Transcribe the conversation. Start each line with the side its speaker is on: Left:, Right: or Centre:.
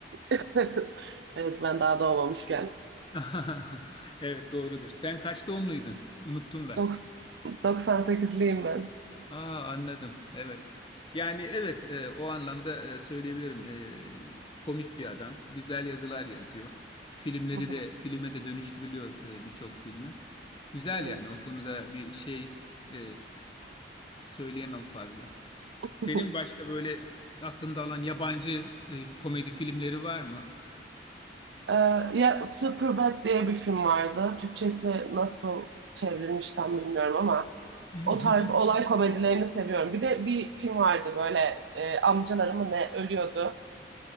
Right: <laughs> Evet ben daha doğmamışken.
Left: <laughs> Evet doğrudur. Sen kaç doğumluydun? Unuttum ben.
Right: Doks- 98'liyim ben.
Left: Aa anladım. Evet. Yani evet e, o anlamda e, söyleyebilirim. E, komik bir adam. Güzel yazılar yazıyor. Filmleri
Right: Hı hı,
Left: de filme de dönüştürülüyor e, birçok filmi. Güzel
Right: Evet.
Left: yani o konuda bir şey e, söyleyemem fazla.
Right: <laughs>
Left: Senin başka böyle aklında olan yabancı e, komedi filmleri var mı?
Right: Ee, ya Superbad diye bir film vardı. Türkçesi nasıl çevrilmiş tam bilmiyorum ama
Left: <laughs>
Right: o tarz olay komedilerini seviyorum. Bir de bir film vardı böyle e, amcaları mı ne ölüyordu.